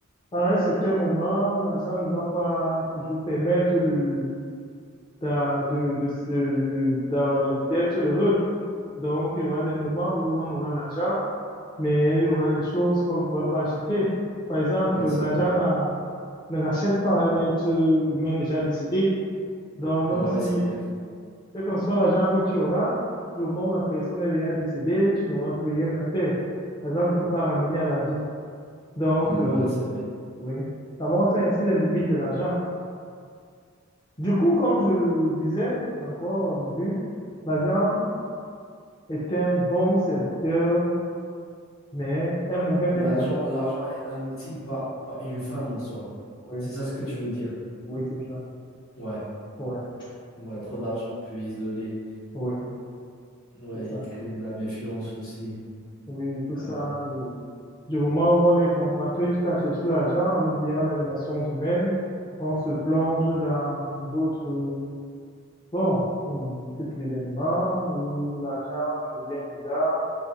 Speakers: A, on the left; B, on the left.
A: à un certain moment, l'argent ne va pas toujours permettre de, d'a- de, de, de- de- d'a- d'être heureux. Donc, il y aura des moments où on aura l'argent, mais il y aura des choses qu'on ne pourrait pas acheter. Par exemple,
B: ouais, c'est
A: l'argent
B: vrai.
A: n'a- ne rachète pas un être humain déjà décédé. Donc,
B: Ouais,
A: même si,
B: c'est vrai.
A: quel que soit l'argent que tu auras, du moment où la personne est déjà décédée, tu n'auras plus rien à faire. L'argent ne peut pas ramener à la vie. Donc,
B: Ouais,
A: euh,
B: c'est vrai.
A: oui, ça montre ainsi les limites de l'argent. Du coup, comme je disais encore au début, l'argent est un bon serviteur, mais un mauvais
B: L'argent,
A: maître.
B: l'argent est un outil, pas, pas une fin en soi.
A: Oui,
B: C'est ça ce que tu veux dire.
A: oui, c'est ça.
B: Ouais,
A: Ouais,
B: ouais, trop d'argent peut isoler.
A: oui,
B: Ouais,
A: c'est ça.
B: il crée de la méfiance aussi.
A: oui, tout
B: Ah
A: ça.
B: ouais,
A: et du moment où on est concentré jusqu'à chercher l'argent, en oubliant les relations humaines, on se plonge dans d'autres, bon, hum, types d'événements où l'argent devient déjà